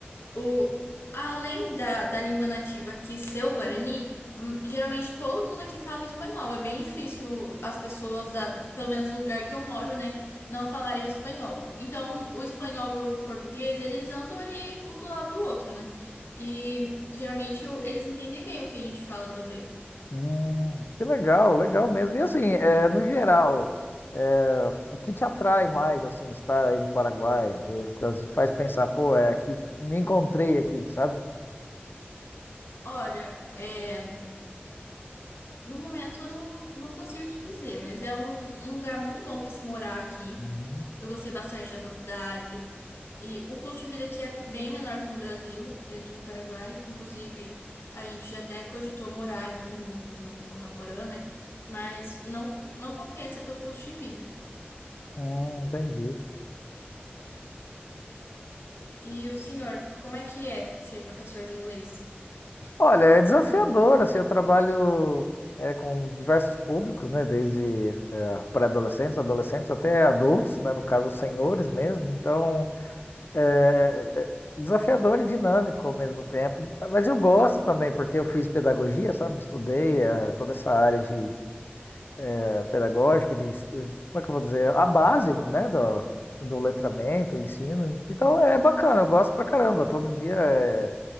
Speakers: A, on the left; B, on the left.
A: O, além da, da língua nativa que ser o Guarani, hum, geralmente todo mundo aqui fala o espanhol. É bem difícil as pessoas, da, pelo menos no lugar que eu moro, né, não falarem o espanhol. Então, o espanhol e o português, eles andam ali um do lado do outro, né? E geralmente o- eles entendem bem o que a gente fala também.
B: Hum, que legal, legal mesmo. E assim, é, no geral, é, o que te atrai mais, assim, estar aí no Paraguai? É, às vezes faz pensar, pô, é aqui, me encontrei aqui, sabe?
A: Olha, é, no momento eu não, não consigo te dizer, mas é um, um lugar muito bom para se morar aqui.
B: Uhum.
A: Eu gostei bastante da faculdade. E o custo de vida aqui é bem menor que no Brasil, dentro do Paraguai. Inclusive, a gente até cogitou morar ali em, em Ponta Porã, né? Mas não, não compensa pelo custo de vida.
B: Hum, entendi.
A: E o senhor, como é que é ser professor de inglês?
B: Olha, é desafiador, assim, eu trabalho é, com diversos públicos, né, desde é, pré-adolescentes, adolescentes até adultos, né, no caso, senhores mesmo, então é, é é desafiador e dinâmico ao mesmo tempo, mas eu gosto também, porque eu fiz pedagogia, sabe, estudei é, toda essa área de é, pedagógica, de, est- como é que eu vou dizer, a base, né, do, do letramento, ensino, então é bacana, eu gosto pra caramba, todo dia é